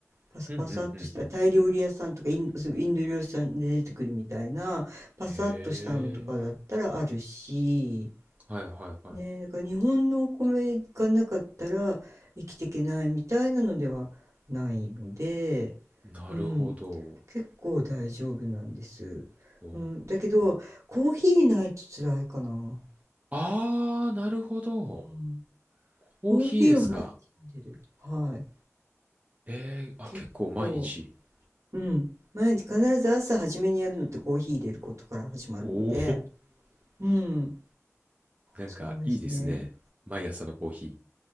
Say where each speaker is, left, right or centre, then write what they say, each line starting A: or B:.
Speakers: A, on the right; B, on the right.
A: パサパサっとしたタイ料理屋さんとかイン、
B: うんうんうんうん。
A: そうインド料理屋さんで出てくるみたいな、パサっとしたのとかだったらあるし、
B: えー、はいはいはい。
A: ね、だから日本のお米がなかったら生きていけないみたいなのではないので、
B: なるほど。
A: うん、結構大丈夫なんです。
B: お
A: うん、だけど、コーヒーないと辛いかな。
B: ああ、なるほど。
A: うん
B: コーヒーですか。
A: コーヒーを毎日飲んでる。はい。
B: ええ、あ、
A: 結構、
B: 結構毎日。
A: うん。毎日必ず朝初めにやるのってコーヒー入れることから始まるので、
B: おお、
A: うん。
B: なんかいいですね。
A: そうですね。
B: 毎朝のコーヒー。